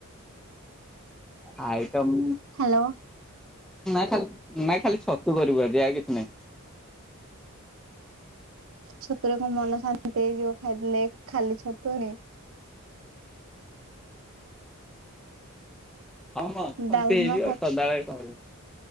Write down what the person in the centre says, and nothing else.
ଆଇଟମ୍
ନାଇଁ ଖାଲି ନାଇଁ ଖାଲି ଛତୁ କରିବୁ ଆଜି ଆଉ କିଛି ନାଇଁ।
ହଁ ହଁ ସେମିତି
ହେଇଯିବ ଆଉ ସଦାବେଳେ କଣିବୁ